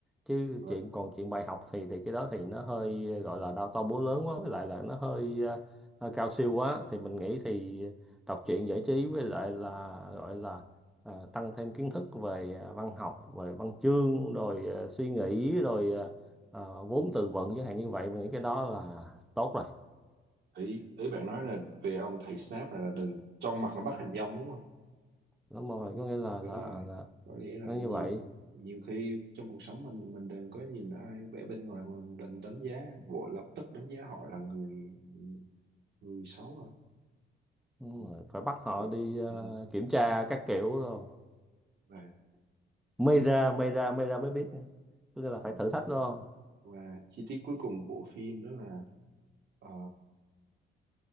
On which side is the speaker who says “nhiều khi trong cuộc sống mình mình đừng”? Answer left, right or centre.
Right